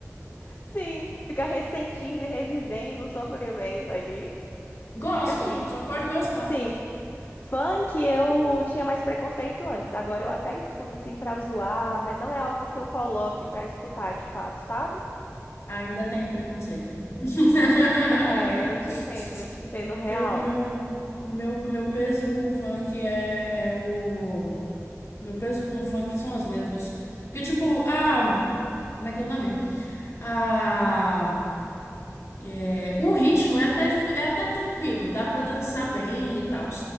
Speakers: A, on the left; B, on the left.
A: <laughs> sim, fica ressentindo e revivendo o sofrimento ali.
B: Gosta,
A: Assim,
B: só
A: f-
B: pode gostar.
A: sim, funk eu tinha mais preconceito antes. Agora eu até escuto, assim, pra zoar, mas não é algo que eu coloque pra escutar de fato, sabe?
B: Ainda tenho preconceito. <laughs>
A: É, eu te entendo, eu te entendo real.
B: Meu, meu, meu, meu peso com o funk é, é o. Meu peso com o funk são as letras. Porque, tipo, a. Como é que é o nome? A. é, o ritmo é até, div- é até tranquilo, dá pra dançar
A: Uhum.
B: bem e tal.